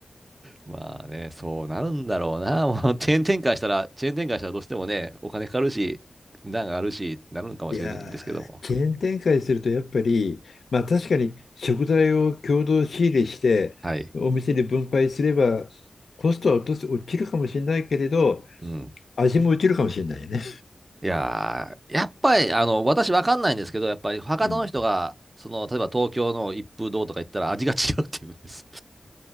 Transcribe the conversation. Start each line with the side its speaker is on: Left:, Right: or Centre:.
Right: まあね、そうなるんだろうな。もうチェーン展開したら、チェーン展開したらどうしてもね、お金かかるし、値段があるし、なるのかもしれないんですけども。
Left: いやー、チェーン展開するとやっぱり、まあ確かに食材を共同仕入れして、
Right: はい。
Left: お店で分配すれば、コストは落とす、落ちるかもしれないけれど、
Right: うん。
Left: 味も落ちるかもしれないよね。
Right: いやー、やっぱり、あの、私わかんないんですけど、やっぱり博多の人が、
Left: うん。
Right: その、例えば東京の一風堂とか行ったら味が違うって言うんです。